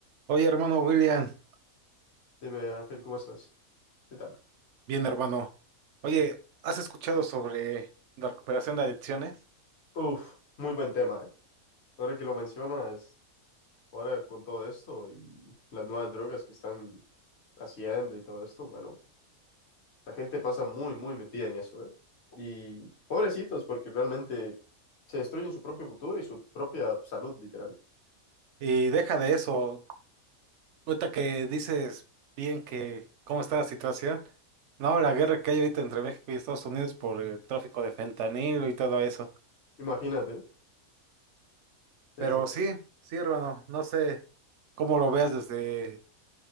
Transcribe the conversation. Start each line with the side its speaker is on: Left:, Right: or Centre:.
Right: Oye, hermano William,
Left: Dime, Ángel, ¿cómo estás? ¿Qué tal?
Right: bien hermano. Oye, ¿has escuchado sobre la recuperación de adicciones?
Left: Uf, muy buen tema, ¿eh? Ahora que lo mencionas, ahora con todo esto y las nuevas drogas que están haciendo y todo esto, bueno, la gente pasa muy, muy metida en eso, ¿eh? Y pobrecitos, porque realmente se destruyen su propio futuro y su propia salud, literal.
Right: Y deja de eso, ahorita que dices bien que cómo está la situación. No, la guerra que hay ahorita entre México y Estados Unidos por el tráfico de fentanilo y todo eso.
Left: Imagínate. Sí,
Right: Pero
Left: sí.
Right: sí, sí, hermano, no sé cómo lo veas desde...